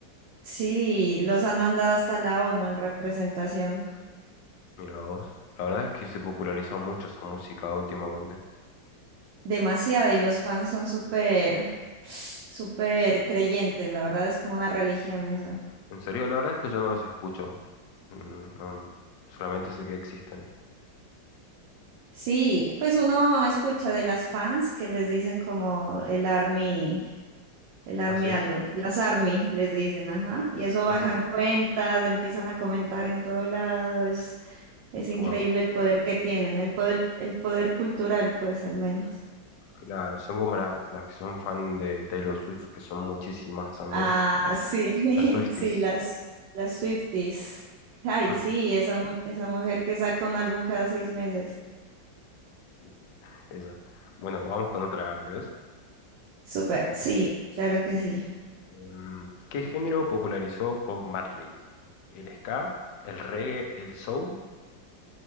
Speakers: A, on the right (about 75°); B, on the left (about 75°).
A: Sí, los han mandado hasta la ONU en representación.
B: Mira vos. La verdad es que se popularizó mucho esa música últimamente.
A: Demasiado, y los fans son súper, súper creyentes, la verdad es como una religión eso.
B: En serio, la verdad es que yo no los escucho. Mm, no- solamente sé que existen.
A: Sí, pues uno escucha de las fans que les dicen como el army, el army
B: ¿Ah, sí?
A: algo, las army les dicen, ajá, y eso bajan
B: Ujú.
A: cuentas, empiezan a comentar en todo lado, es, es increíble
B: Wow.
A: el poder que tienen, el poder, el poder cultural, pues al menos.
B: Claro, son como la- las que son fan de Taylor Swift, que son muchísimas también.
A: Ah, sí, <laughs>
B: Las Swifties.
A: sí, las, las Swifties. Ay,
B: <laughs>
A: sí, esa, mu- esa mujer que saca un álbum cada seis meses.
B: Sí, esa. Bueno, vamos con otra, ¿crees?
A: Súper, sí, claro que sí.
B: Em, ¿Qué género popularizó Bob Marley? ¿El ska, el reggae, el soul?